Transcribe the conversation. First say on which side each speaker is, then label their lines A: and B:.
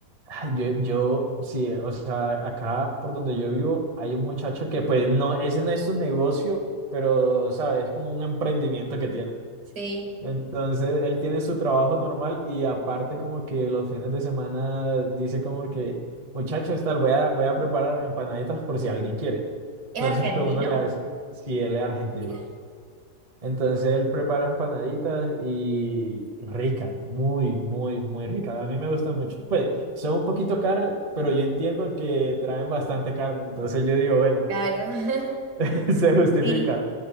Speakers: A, on the right; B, on the right.
A: ay, yo, yo, sí, o sea, acá por donde yo vivo hay un muchacho que pues no, ese no es su negocio, pero, ¿sabes? Es como un emprendimiento que tiene.
B: Sí.
A: Entonces, él tiene su trabajo normal y aparte como que los fines de semana dice como que, muchachos, tal, voy a, voy a preparar empanaditas por si alguien quiere. Entonces,
B: ¿Es argentino?
A: pues uno le hace, si él es argentino.
B: Mira.
A: Entonces, él prepara empanaditas y ricas, muy, muy, muy ricas. A mí me gustan mucho. Pues, son un poquito caras, pero yo entiendo que traen bastante carne. Entonces, yo digo, bueno,
B: Claro. <laughs>
A: <laughs> se justifica.
B: Sí.